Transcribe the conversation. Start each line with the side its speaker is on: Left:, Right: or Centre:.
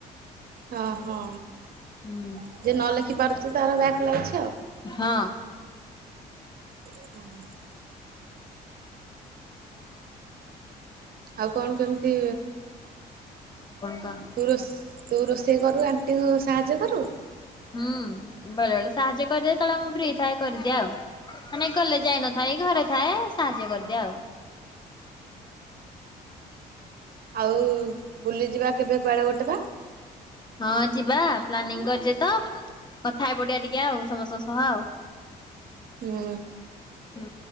Right: ହଁ ହଁ,
Left: ହୁଁ
Right: ଯେ ନ ଲେଖିପାରୁଛି ତାର ବ୍ୟାକ୍ ଲାଗୁଛି ଆଉ।
Left: ହଁ।
Right: ହୁଁ। ଆଉ କଣ କେମିତି
Left: କଣ କହ?
Right: ତୁ ରୋଷ୍ ତୁ ରୋଷେଇ କରୁ ଆଣ୍ଟିକୁୁ ସାହାଯ୍ୟ କରୁ?
Left: ହୁଁ, ବେଳେବେଳେ ସାହାଯ୍ୟ କରିଦିଏ ଯେତେବେଳେ ମୁଁ ଫ୍ରି ଥାଏ କରିଦିଏ ଆଉ। ମାନେ କଲେଜ ଯାଇନଥାଏ ଘରେ ଥାଏ ସାହାଯ୍ୟ କରିଦିଏ ଆଉ।
Right: ଆଉ ବୁଲିଯିବା କେବେ କୁଆଡେ ଗୋଟେ ବା।
Left: ହଁ ଯିବା ପ୍ଲାନିଂ କରିଚେ ତ। କଥା ହେଇ ପଡିଆ ଟିକେ ଆଉ ସମସ୍ତଙ୍କ ସହ ଆଉ।
Right: ହୁଁ।
Left: ହୁଁ।